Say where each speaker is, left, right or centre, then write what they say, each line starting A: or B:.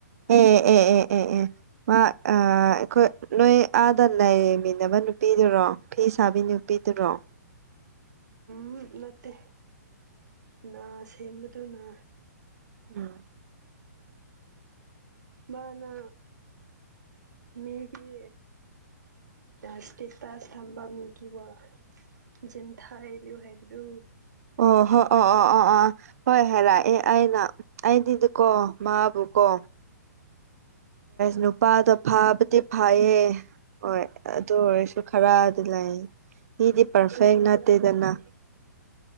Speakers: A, on the right; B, on the right.
A: ꯑꯦ ꯑꯦ ꯑꯦ ꯑꯦ ꯑꯦ ꯃꯥ ꯑꯥ ꯑꯩꯈꯣꯏ ꯅꯣꯏ ꯑꯩ ꯑꯥꯗ ꯂꯩꯃꯤꯟꯅꯕ ꯅꯨꯄꯤꯗꯨꯔꯣ ꯐꯤ ꯁꯥꯕꯤ ꯅꯨꯄꯤꯗꯨꯔꯣ
B: ꯎꯝ ꯅꯠꯇꯦ ꯅꯁꯦꯝꯕꯗꯨꯅ
A: ꯎꯝ
B: ꯃꯥꯅ ꯃꯤꯒꯤ ꯏꯁꯇꯦꯇꯥꯁ ꯊꯝꯕꯥ ꯃꯤꯒꯤ ꯋꯥ ꯖꯤꯟ ꯊꯥ ꯍꯂꯨ ꯍꯥꯏꯕꯗꯨ
A: ꯑꯣ ꯍꯣꯏ ꯑꯣ ꯑꯣ ꯑꯣ ꯑꯥ ꯍꯣꯏ ꯍꯥꯏꯕ ꯑꯩꯅ ꯑꯩꯗꯤꯗ ꯀꯣ ꯃꯥꯕꯨ ꯀꯣ ꯅꯨꯄꯥꯗꯣ ꯐꯥꯕꯗꯤ ꯐꯥꯏꯌꯦ ꯍꯣꯏ ꯑꯗꯨ ꯑꯣꯏꯔꯁꯨ ꯈꯔꯗꯤ ꯂꯩ ꯃꯤꯗꯤ ꯄꯔꯐꯦꯛ ꯅꯠꯇꯦꯗꯅ